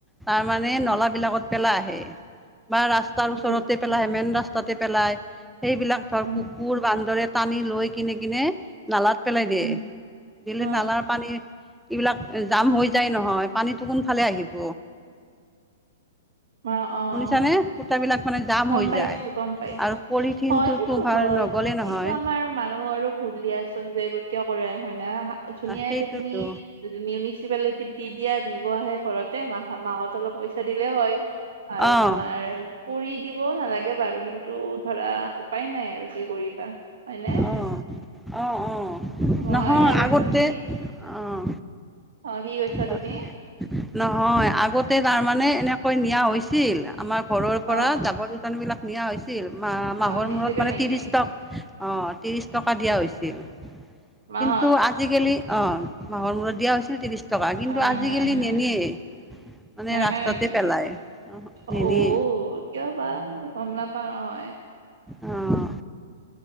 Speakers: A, in the centre; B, on the right (about 90°).
A: তাৰ মানে নলা বিলাকত পেলাই আহে বা ৰাস্ত ৰাস্তাৰ
B: উম
A: ওচৰতে পেলাই মেইন ৰাস্তাতে পেলাই সেইবিলাক ধৰ
B: উম
A: কুকুৰ বান্দৰে। টানি লৈ কিনে কিনে নালাত পেলাই দিয়ে
B: উম
A: দিলে
B: অ
A: নালাৰ পানীৰ। এইবিলাক জাম হৈ যায় নহয় পানীতো কোনফালে আহিব।
B: অহ অহ।
A: শুনিছানে সূতাবিলাক মানে জাম
B: গম
A: হৈ
B: পাইছোঁ
A: যায়।
B: গম পাইছোঁ
A: আৰু পলিথিনটোতো
B: হয় সেইটো
A: ভাল
B: হয়
A: নগ'লে নহয়
B: এইটো আমাৰ মানুহৰো। ভলিয়াচোন যে এইবোৰ কিয় কৰেই হয় ন ধুনীয়াকে
A: আ, সেইটোতো
B: তুমি মিউনিচিপালে দি দিয়া নিব আহে ঘৰতে মাহ মাহত অলপ পইচা দিলে হয়। আৰু
A: অঁ
B: তোমাৰ কোৰি দি। ক'ব নালাগে বাৰু কিন্তু ধৰা উপায় নাই আৰু কি কৰিবা। হয়নে?
A: অহ অহ অহ
B: মই
A: নহয়
B: ভাবিছো
A: আগতে
B: কি
A: অহ
B: অ' কি কৈছা
A: কোৱা।
B: তুমি?
A: নহয় আগতে তাৰ মানে এনেকৈ নিয়া হৈছিল আমাৰ ঘৰৰ
B: অ'
A: পৰা জাবৰ-যোথ টন বিলাক নিয়া হৈছিল মা মাহৰ
B: অ' নিছিলে
A: মূৰত মানে
B: নেকি?
A: ত্ৰিছ টক অ ত্ৰিশ টকা দিয়া হৈছিল
B: মাহত
A: কিন্তু আ আজিকালি অ মাহৰ মূৰত দিয়া হৈছিল ত্ৰিশ টকা কিন্তু
B: হয়
A: আজিকালি
B: হয় হয়।
A: নিনিয়েই মানে
B: জানা
A: ৰাস্তাতে
B: নেকি?
A: পেলায়
B: অ'
A: নিনিয়ে
B: কিয় বা সেইটো গম নাপাও নহয়
A: অহঁ